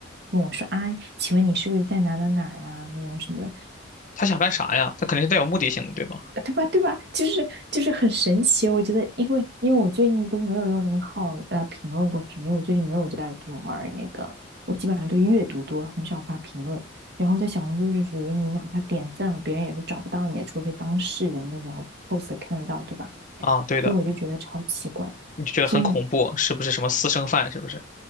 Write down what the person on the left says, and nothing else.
他想干啥呀？他肯定是带有目的性的，对吧？
啊，对的，
你就觉得很恐怖，
是不是什么私生饭？是不是？